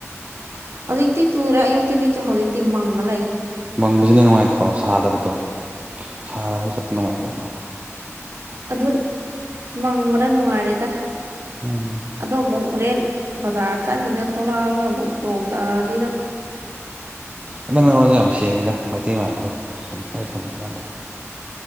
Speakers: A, on the right; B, on the right.
A: ꯍꯧꯖꯤꯛꯇꯤ ꯆꯨꯔꯦ ꯑꯌꯨꯛꯇꯗꯤ ꯆꯨ ꯍꯧꯖꯤꯛꯇꯤ ꯃꯪꯉ ꯂꯩ
B: ꯃꯪꯕꯖꯤꯅ ꯅꯨꯡꯉꯥꯏꯇ꯭ꯔꯣ ꯁꯥꯗꯕꯗꯣ ꯁꯥꯔꯒ ꯆꯠꯄ ꯅꯨꯡꯉꯥꯏꯕ꯭ꯔꯅꯦ
A: ꯑꯗꯨ ꯃꯪꯕꯅ ꯅꯨꯡꯉꯥꯏꯔꯦꯗ
B: ꯎꯝ
A: ꯑꯗꯣ ꯑꯃꯨꯛ ꯍꯣꯔꯦꯟ ꯕꯖꯥꯔ ꯆꯠꯅꯤꯅ ꯊꯣꯛꯂꯛꯑꯒ ꯑꯃꯨꯛ ꯅꯣꯡ ꯇꯥꯔꯛꯑꯗꯤꯅ
B: ꯅꯪ ꯅꯔꯣꯟꯖꯦ ꯌꯥꯝ ꯁꯦꯡꯉꯤꯗ ꯃꯩꯇꯩ ꯃꯥꯜꯂꯤꯗ ꯁꯨꯝ ꯋꯥꯔꯤ ꯁꯥꯟꯅꯕ ꯀꯥꯟꯗ